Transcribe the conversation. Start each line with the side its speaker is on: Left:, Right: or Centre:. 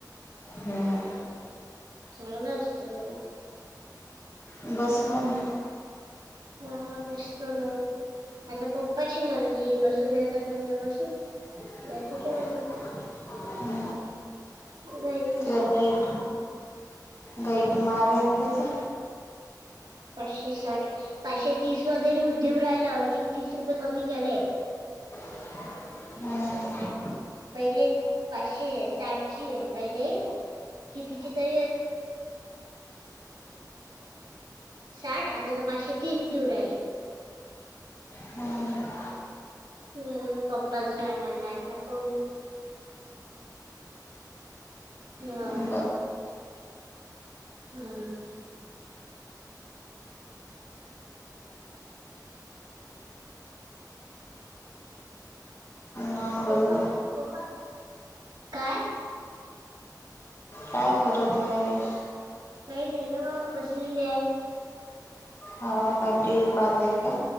Left: हम्म.
Right: <unintelligible>
Left: <inaudible> बस म्हणे.
Right: हा बसतो ना. आता पप्पाची मर्जी, बसू देत असेल तर बसू.
Left: <inaudible>
Right: नाही तर ठेवलं नाही. बसत
Left: तिला गाईड गाईड मग आहे ना तिचा.
Right: पाचशे साठ पाचशे तीस मध्ये देऊ राहिला, आणखी तीस रुपये कमी केलेय. <inaudible>
Left: हम्म.
Right: पहिले पाचशे साठशे पहिले <unintelligible> पाचशे साठ आता तर पाचशे तीस दिऊ राहिले.
Left: हम्म
Right: हम्म. पप्पाचं काय म्हणलंय आत पाहु. <unintelligible>
Left: हम्म बर
Right: हा.
Left: मंगल
Right: पपा. काय?
Left: काय करत आहेस?
Right: काही नाही नव्हं बसलेली आहे.
Left: हो का टी व्ही पाहतायत का.